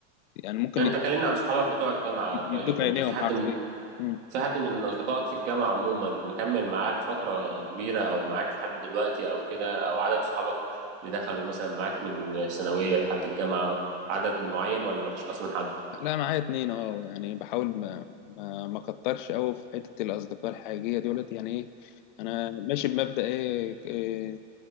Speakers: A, on the left; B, on the right.
A: يعني ممكن
B: انت كلمني عن صحابك بتوع الجامعة
A: يدوك
B: طيب
A: عينيهم
B: انت في حد
A: حرفيا
B: من
A: مم.
B: في حد من اصدقائك في الجامعة عموما مكمل معاك فترة كبيرة او معاك لحد دلوقتي او كده او عدد صحابك اللي دخلوا مثلا معاك من الثانوية لحد الجامعة عدد معين ولا مفيش اصلا حد
A: لا معايا اتنين اه يعني بحاول ما ما ما اكترش قوي في حته الاصدقاء الحقيقيه دولت يعني ايه انا ماشي بمبدأ ايه, إيه